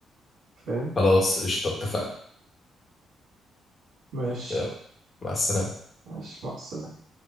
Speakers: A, on the right (about 75°); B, on the left (about 40°).
A: فاهم
B: خلاص قشطة اتفقنا
A: ماشي
B: يلا مع السلامة
A: ماشي مع السلامة